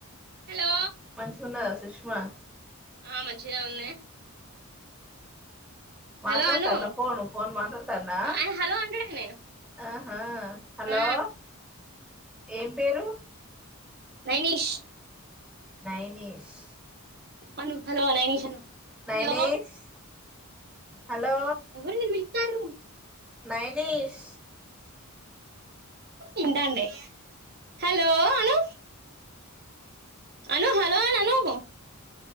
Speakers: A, on the right; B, in the centre.
A: హలో
B: మంచిగున్నదా సుష్మా
A: ఆ మంచిగా ఉంది
B: మాట్లాడుతాండా
A: హలో అను
B: ఫోను ఫోన్ మాట్లాడతాండా
A: ఆయన హలో అంటాడు ఆయనే
B: ఆ హ హలో
A: ఆ
B: ఏం పేరు
A: నైనిష్
B: నైనిష్
A: అను హలో నైనిష్ అను
B: నైనిష్
A: హలో
B: హలో
A: ఎవరు నిన్ను పిలుత్తార్రు
B: నైనిష్
A: ఇంటాండే హలో అను అను హలో అను అను